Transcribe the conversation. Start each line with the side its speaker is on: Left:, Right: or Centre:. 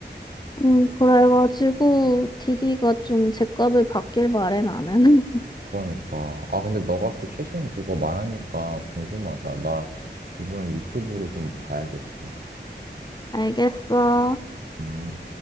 Left: 음, 그래가지고 디디가 좀 제값을 받길 바래 나는. <laughs>
Right: 그러니까. 아, 근데 너가 또 최신 그거 말하니까 궁금하다. 나 이번에 유튜브로 좀 봐야겠어.
Left: 알겠어.
Right: 음.